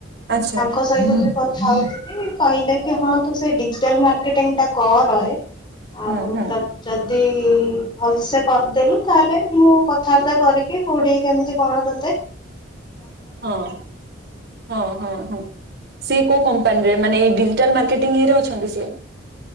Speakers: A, on the right; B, on the left.
A: ଆଚ୍ଛା
B: ତାଙ୍କ ସହିତ କଥା ହଉଥିଲି କହିଲେ କି ହଁ ତୁ ସେ ଡିଜିଟାଲ ମାର୍କେଟିଙ୍ଗ୍ ଟା କର। ଆଉ
A: ହୁଁ ହୁଁ
B: ତା ଯଦି ଭଲସେ କରିଦେଲୁ। ତାହେଲେ ମୁଁ କଥାବାର୍ତ୍ତା କରିକି କୋଉଠିକି କେମିତି କଣ ତୋତେ
A: ହଁ ହଁ ହଁ ହଁ ସେ କୋଉ କମ୍ପାନୀ ରେ ମାନେ ଡିଜିଟାଲେ ମାର୍କେଟିଙ୍ଗ୍ ରେ ଅଛନ୍ତି ସେ।